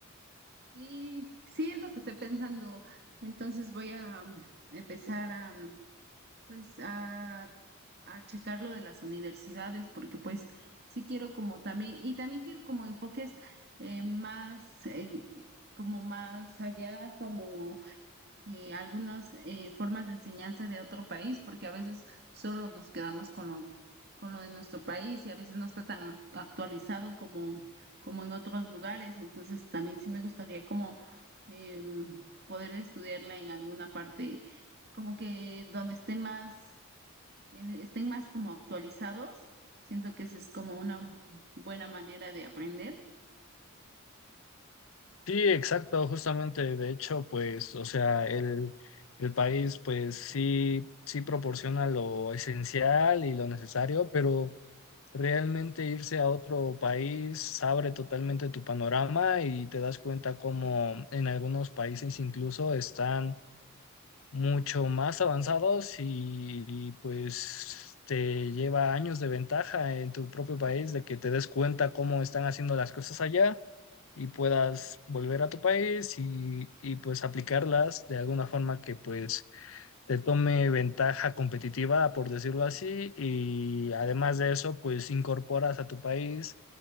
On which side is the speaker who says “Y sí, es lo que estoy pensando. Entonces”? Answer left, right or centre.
Right